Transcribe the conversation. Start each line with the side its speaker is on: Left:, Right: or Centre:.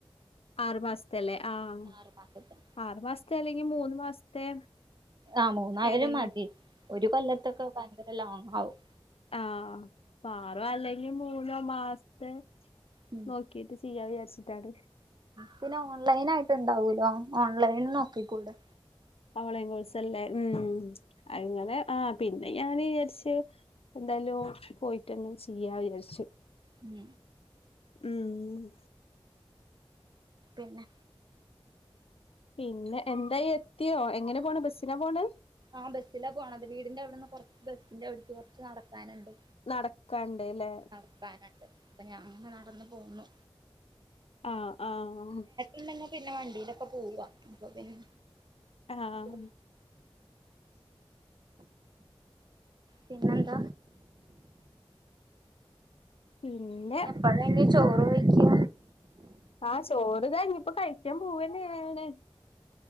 Left: ആറുമാസത്തെ അല്ലേ ആഹ്
Right: ആറു മാസത്തെ
Left: ആറു മാസത്തെ അല്ലെങ്കി മൂന്ന് മാസത്തെ
Right: ആഹ് മൂന്നായാലും
Left: ഏതെങ്കിലും
Right: മതി ഒരു കൊല്ലത്തൊക്കെ ഭയങ്കര ലോങ് ആകും
Left: ആഹ് ആറോ അല്ലെങ്കി മൂന്നോ മാസത്തെ
Right: ഉം
Left: നോക്കിട്ട് ചെയ്യാ വിചാര്ച്ച്ട്ടാണ്.
Right: പിന്നെ ഓൺലൈൻ ആയിട്ട് ഉണ്ടാവൂലോ ഓൺലൈൻ നോക്കിക്കൂടെ?
Left: ഓൺലൈൻ കോഴ്സ് അല്ലെ ഉം അങ്ങനെ. ആഹ്‌ പിന്നെ ഞാന് വിചാരിച്ച് എന്തായാലും പോയിട്ടെന്നെ ചെയ്യാ വിചാര്ച്ചു.
Right: ഉം
Left: ഉം.
Right: പിന്നെ.
Left: പിന്നെ എന്തായി. എത്യോ എങ്ങനെ പോണ് ബസിന പോണ്?
Right: ആഹ് ബസ്സില പോണത് വീടിന്റെ അവിടെന്ന് കൊറച്ച് ബസ്സിന്റെ അവിടക്ക് കൊർച്ച് നട്ക്കാനൊള്ളൂ.
Left: നട്ക്കാണ്ട് ല്ലേ?
Right: നടക്കാന്ണ്ട് അപ്പൊ ഞാൻ ങ്ങനെ നടന്ന് പോന്നു.
Left: ആഹ്‌ ആഹ്‌.
Right: ഇല്ലെങ്കി പിന്നെ വണ്ടിലൊക്കെ പോവ്വാ അപ്പം പിന്നെ.
Left: ആഹ്‌
Right: അത് പിന്നെന്താ?
Left: പിന്നെ.
Right: ഇനി എപ്പഴാ ഞ്ഞി ചോറ് വെയ്ക്ക്യ?
Left: ആഹ് ചോറ് കയിഞ്ഞ് പ്പോ കഴിക്കാൻ പോവന്നെണ്.